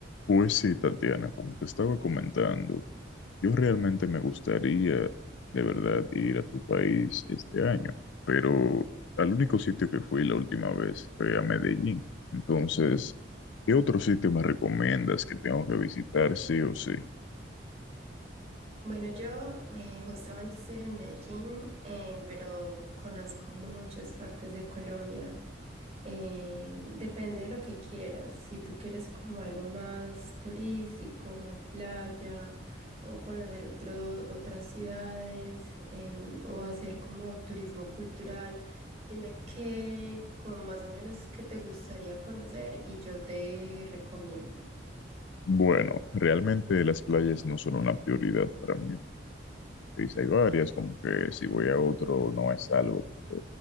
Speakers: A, on the left; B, on the right.
A: Pues sí, Tatiana, como te estaba comentando, yo realmente me gustaría de verdad ir a tu país este año, pero al único sitio que fui la última vez fue a Medellín. Entonces, ¿qué otro sitio me recomiendas que tengo que visitar sí o sí?
B: Bueno, yo eh, justamente estoy en Medellín, eh, pero conozco muchas partes de Colombia. Eh, depende de lo que quieras. Si tú quieres como algo más turístico, más playa, o conocer otro- otras ciudades, em, o hacer como turismo cultural, dime qué, como más o menos qué te gustaría conocer y yo te recomiendo.
A: Bueno, realmente las playas no son una prioridad para mí. pues Hay varias, como que si voy a otro no es algo que,